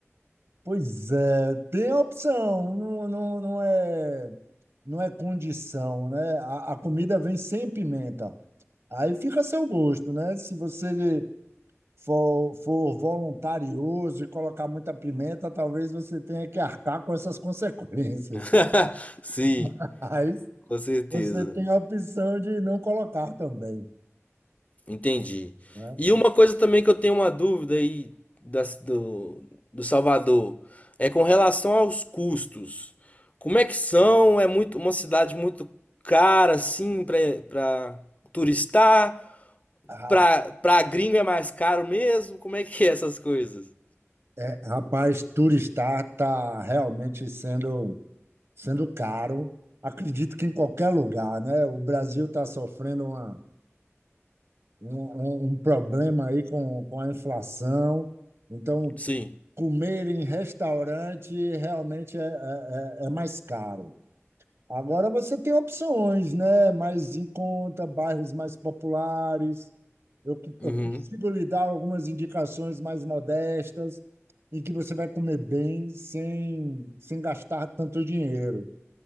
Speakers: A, on the right; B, on the left.
A: Pois é, tem a opção, não, não, não é, não é condição, né? A, a comida vem sem pimenta. Aí fica a seu gosto, né? Se você for, for voluntarioso e colocar muita pimenta, talvez você tenha que arcar com essas consequências.
B: <laughs> Sim,
A: <laughs> Mas
B: com certeza.
A: você tem a opção de não colocar também,
B: Entendi.
A: né?
B: E uma coisa também que eu tenho uma dúvida aí das- do, do Salvador é com relação aos custos. Como é que são? É muito uma cidade muito cara assim para para turistar?
A: Ra-
B: Para para gringo é mais caro mesmo? Como é que é essas coisas?
A: é, Rapaz, turistar está realmente sendo, sendo caro. Acredito que em qualquer lugar, né? O Brasil está sofrendo uma, um, um um problema aí com, com a inflação. Então,
B: Sim.
A: comer em restaurante realmente é, é, é é mais caro. Agora você tem opções, né? Mais em conta, bairros mais populares. Eu,
B: Uhum.
A: eu consigo lhe dar algumas indicações mais modestas, em que você vai comer bem sem, sem gastar tanto dinheiro.